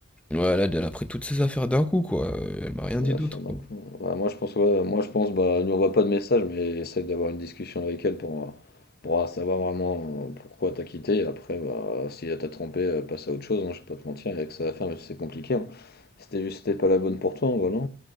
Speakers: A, in the centre; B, on the left.
A: Ouais, là, elle a pris toutes ses affaires d'un coup, quoi. euh, Elle m'a rien
B: ça
A: dit
B: la
A: d'autre,
B: fin non
A: quoi.
B: plus. Ouais, moi je pense ouais, moi je pense bah nous envoie pas de message mais essaie d'avoir une discussion avec elle pour, euh, pour euh, savoir vraiment euh, pourquoi t'as quitté et après bah si elle t'a trompé euh, passe à autre chose hein, je vais pas te mentir avec ça sa femme c'est compliqué hein. C'était juste c'était pas la bonne pour toi hein, voilà.